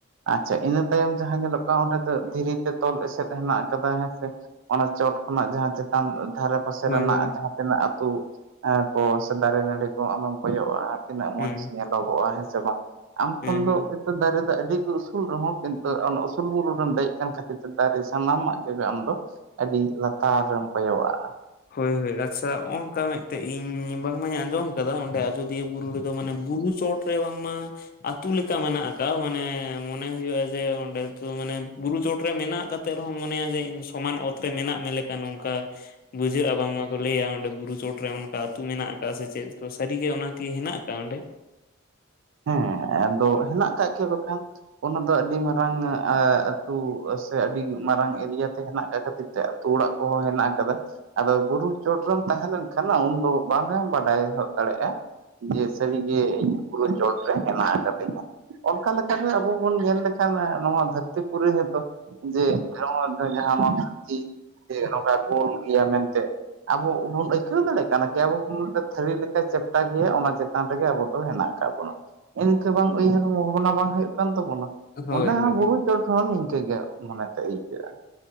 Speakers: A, on the right; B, on the left.
A: ᱟᱪᱪᱷᱟ, ᱤᱱᱟᱹ ᱛᱟᱭᱚᱢ ᱡᱟᱦᱟᱸ ᱧᱮᱞᱚᱜ ᱠᱟᱱᱟ ᱚᱸᱰᱮ ᱫᱚ ᱫᱷᱤᱨᱤ ᱛᱮ ᱛᱚᱞ ᱮᱥᱮᱫ ᱦᱮᱱᱟᱜ ᱟᱠᱟᱫᱟ ᱦᱮᱸ ᱥᱮ᱾ ᱚᱱᱟ ᱪᱚᱴ ᱠᱷᱚᱱᱟᱜ ᱡᱟᱦᱟᱸ ᱪᱮᱛᱟᱱ᱾ ᱫᱷᱟᱨᱮ ᱯᱟᱥᱮ ᱨᱮᱱᱟᱜ
B: ᱦᱳᱭ ᱦᱳᱭ
A: ᱡᱟᱦᱟᱸ ᱛᱤᱱᱟᱹᱜ ᱟᱛᱩ ᱠᱚ ᱥᱮ ᱫᱟᱨᱮ ᱱᱟᱹᱲᱤ ᱠᱚ ᱟᱢ ᱮᱢ ᱠᱚᱭᱚᱜᱟᱜ-ᱟ᱾ ᱛᱤᱱᱟᱹᱜ ᱢᱚᱡᱽ
B: ᱦᱩᱸ
A: ᱧᱮᱞᱚᱜᱚᱜ-ᱟ ᱦᱮᱸ ᱥᱮ ᱵᱟᱝ, ᱟᱢ ᱠᱷᱚᱱ
B: ᱦᱮᱸ
A: ᱫᱚ
B: ᱦᱮᱸ
A: ᱫᱟᱨᱮ ᱫᱚ ᱟᱹᱰᱤ ᱩᱥᱩᱞ ᱨᱮᱦᱚᱸ, ᱠᱤᱱᱛᱩ ᱚᱱᱟ ᱩᱥᱩᱞ ᱵᱩᱨᱩ ᱨᱮᱢ ᱫᱮᱡ ᱟᱠᱟᱱ ᱠᱷᱟᱹᱛᱤᱨ ᱛᱮ ᱫᱟᱨᱮ ᱥᱟᱱᱟᱢᱟᱜ ᱜᱮ ᱟᱢ ᱫᱚ ᱟᱹᱰᱤ ᱞᱟᱛᱟᱨ ᱨᱮᱢ ᱠᱚᱭᱚᱜᱟᱜ-ᱟ᱾
B: ᱦᱳᱭ ᱦᱳᱭ, ᱟᱪᱪᱷᱟ ᱦᱚ-ᱚᱝᱠᱟ ᱢᱤᱫᱴᱮᱡ ᱤᱧ ᱵᱟᱝᱢᱟᱧ ᱟᱸᱡᱚᱢ ᱠᱟᱫᱟ ᱚᱸᱰᱮ ᱟᱡᱚᱫᱤᱭᱟᱹ ᱵᱩᱨᱩ ᱵᱩᱨᱩ ᱨᱮ, ᱢᱟᱱᱮ ᱵᱩᱨᱩ ᱪᱚᱴ ᱨᱮ ᱵᱟᱝᱢᱟ ᱟᱹᱛᱩ ᱞᱮᱠᱟ ᱢᱮᱱᱟᱜ ᱟᱠᱟᱜ-ᱟ, ᱢᱟᱱᱮ ᱢᱚᱱᱮ ᱦᱩᱭᱩᱜ-ᱟ ᱡᱮ ᱚᱸᱰᱮᱚ ᱢᱟᱱᱮ ᱵᱩᱨᱩ ᱪᱚᱴᱨᱮ ᱢᱮᱱᱟᱜ ᱠᱟᱫ ᱛᱮᱫ ᱨᱮᱦᱚᱸ ᱢᱚᱱᱮᱭᱟ ᱡᱮ ᱤᱧ ᱥᱚᱢᱟᱱ ᱚᱛ ᱨᱮ ᱢᱮᱱᱟᱜ ᱢᱮ ᱞᱮᱠᱟ ᱱᱚᱝᱠᱟ ᱵᱩᱡᱷᱟᱹᱜ-ᱟ ᱵᱟᱝᱢᱟᱠᱚ ᱞᱟᱹᱭᱟ ᱚᱸᱰᱮ ᱵᱩᱨᱩ ᱪᱚᱴᱨᱮ ᱚᱱᱠᱟ ᱟᱹᱛᱩ ᱢᱮᱱᱟᱜ ᱟᱠᱟᱫ ᱥᱮ ᱪᱮᱫ, ᱛᱚ ᱥᱟᱹᱨᱤ ᱜᱮ ᱚᱱᱟᱠᱤ ᱦᱮᱱᱟᱜ ᱟᱠ-ᱟ ᱚᱸᱰᱮ?
A: ᱦᱮᱸ, ᱟᱫᱚ ᱦᱮᱱᱟᱜ ᱠᱟᱜ ᱜᱮ ᱵᱟᱠᱷᱟᱱ᱾ ᱚᱱᱟ ᱫᱚ ᱟᱹᱰᱤ ᱢᱟᱨᱟᱝ ᱟ-ᱟᱛᱩ ᱥᱮ ᱟᱹᱰᱤ ᱢᱟᱨᱟᱝ ᱮᱨᱤᱭᱟ ᱛᱮ ᱦᱮᱱᱟᱜ ᱟᱠᱟᱫ ᱠᱷᱟᱹᱛᱤᱨ ᱛᱮ ᱛᱩ ᱚᱲᱟᱜ ᱠᱚᱦᱚᱸ ᱦᱮᱱᱟᱜ ᱠᱟᱫᱟ᱾ ᱟᱫᱚ ᱵᱩᱨᱩ ᱪᱚᱴᱨᱮᱢ ᱛᱟᱦᱮᱸ ᱞᱮᱱᱠᱷᱟᱱ ᱩᱱᱫᱚ ᱵᱟᱝ ᱦᱚᱢ ᱵᱟᱰᱟᱭ ᱦᱚᱚᱱ ᱫᱟᱲᱮᱭᱟᱜ-ᱟ᱾ ᱡᱮ ᱥᱟᱹᱨᱤ ᱜᱮ ᱤᱧ ᱵᱩᱨᱩ ᱪᱚᱴ ᱨᱮ ᱦᱮᱱᱟᱜ ᱠᱟᱫᱤᱧᱟ, ᱚᱱᱠᱟ ᱞᱮᱠᱟ ᱟᱵᱚ ᱵᱚᱱ ᱧᱮᱞ ᱞᱮᱠᱷᱟᱱ ᱱᱚᱣᱟ ᱫᱷᱟᱹᱨᱛᱤ ᱯᱩᱨᱤ ᱦᱮᱫᱚ᱾ ᱡᱮ ᱡᱟᱦᱟᱸ ᱱᱚᱣᱟ ᱫᱷᱟᱹᱨᱛᱤ ᱱᱚᱝᱠᱟ ᱜᱳᱞ᱾ ᱜᱮᱭᱟ ᱢᱮᱱᱛᱮ ᱟᱵᱚ ᱵᱚᱱ ᱟᱹᱭᱠᱟᱹᱣ ᱫᱟᱲᱮᱜ ᱠᱟᱱᱟ᱾ ᱡᱮ ᱟᱵᱚ ᱵᱚᱱ ᱢᱚᱱᱮᱭᱟ ᱛᱷᱟᱹᱨᱤ ᱞᱮᱠᱟ ᱪᱮᱯᱴᱟ ᱜᱮᱭᱟ ᱚᱱᱟ ᱪᱮᱛᱟᱱ ᱨᱮᱜᱮ ᱟᱵᱚ ᱫᱚ ᱦᱮᱱᱟᱜ ᱠᱟᱜ ᱵᱚᱱᱟ ᱤᱱᱠᱟᱹ ᱵᱟᱝ ᱩᱭᱦᱟᱹᱨ ᱵᱷᱟᱵᱽᱱᱟ ᱵᱟᱝ ᱦᱩᱭᱩᱜ ᱠᱟᱱ ᱛᱟᱵᱚᱱᱟ
B: ᱦᱳᱭ
A: ᱚᱸᱰᱮ ᱦᱚᱸ
B: ᱦᱳᱭ
A: ᱵᱩᱨᱩ ᱡᱚ ᱛᱷᱚᱱ ᱦᱚᱸ ᱱᱤᱝᱠᱟᱹᱜ ᱜᱮ ᱢᱚᱱᱮᱛᱮ ᱟᱹᱭᱠᱟᱹᱜ-ᱟ ᱾